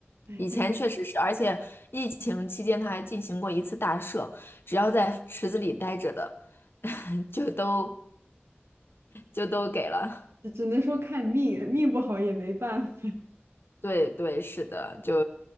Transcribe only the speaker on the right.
哎，
感
只只能说看命，命不好也没办法。